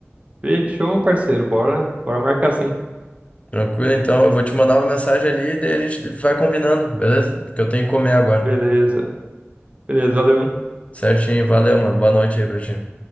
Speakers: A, on the right; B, on the left.
A: Fechou, meu parceiro. Bora, bora marcar sim.
B: Tranquilo, então. Eu vou te mandar uma mensagem ali e daí a gente vai combinando, beleza? Porque eu tenho que comer agora.
A: Beleza. Beleza, valeu, hein?
B: Certinho, valeu, mano. Boa noite aí pra ti.